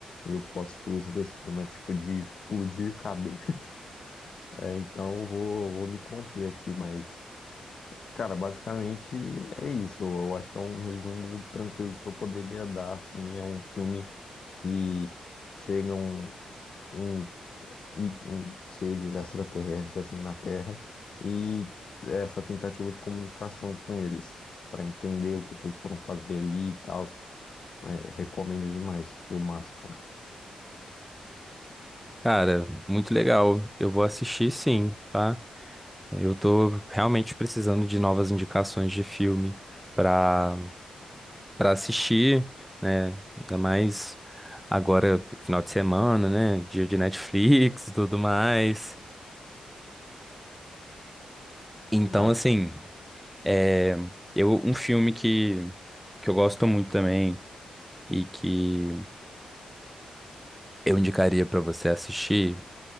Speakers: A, on the left; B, in the centre.
A: E o plot twist desse filme é tipo de explodir cabeças. <laughs> É, então eu vou, vou me conter aqui, mas, cara, basicamente é isso. Eu acho que é um resumo tranquilo que eu poderia dar, assim. É um filme que chega um, um e hum, seres extraterrestres assim na Terra e essa tentativa de comunicação com eles para entender o que, que eles foram fazer ali e tal. né? recomendo demais, filmaço, cara.
B: Cara, muito legal. Eu vou assistir sim, tá? Eu tô realmente precisando de novas indicações de filme. pra para assistir, né? Ainda mais agora, final de semana, né? Dia de Netflix e tudo mais. Então,
A: Ah,
B: assim, é, eu, um filme que, que eu gosto muito também e que eu indicaria para você assistir